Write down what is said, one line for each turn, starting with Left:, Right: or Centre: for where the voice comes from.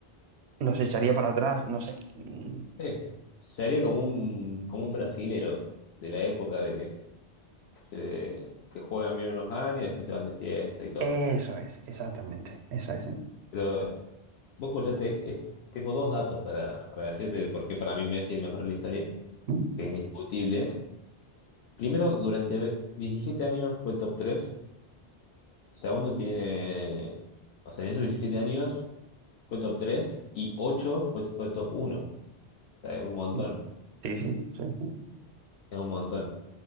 Right: los echaría para atrás, no sé. Mm,
Left: Sí. Sería como un, como un brasilero de la época de, se- que juegan bien unos años y después se van de fiesta y todo.
Right: Eso es, exactamente. Eso es.
Left: Pero Boca ya te, es- tengo dos datos para, para decirte de por qué para mí Messi es el mejor de la historia,
Right: Mm,
Left: que es indiscutible. Primero, durante 17 años fue top tres Segundo, tiene, o sea, en esos 17 años fue top 3 y 8 fue, fue top uno O sea, es un montón,
Right: mm, Sí, sí, sí. sí.
Left: es un montón.